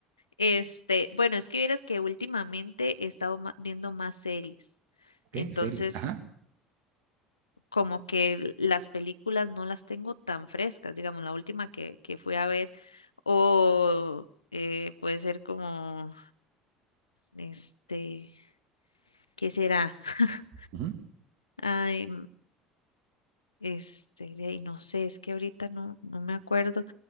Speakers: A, on the left (about 85°); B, on the right (about 55°).
A: Este, bueno, es que vieras que últimamente he estado ma- viendo más series.
B: Ok,
A: Entonces,
B: series, ajá,
A: como que las películas no las tengo tan frescas, digamos, la última que, que fui a ver, o eh, puede ser como, este, ¿qué será? <laughs>
B: ujú,
A: Ay, m- este, de ahí no sé, es que ahorita no, no me acuerdo.